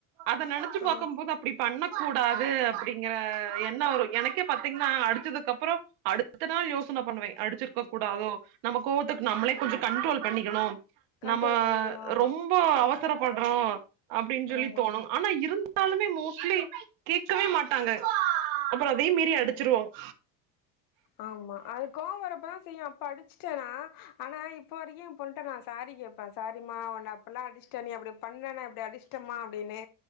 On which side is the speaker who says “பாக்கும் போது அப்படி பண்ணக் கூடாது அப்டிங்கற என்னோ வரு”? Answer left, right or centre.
Right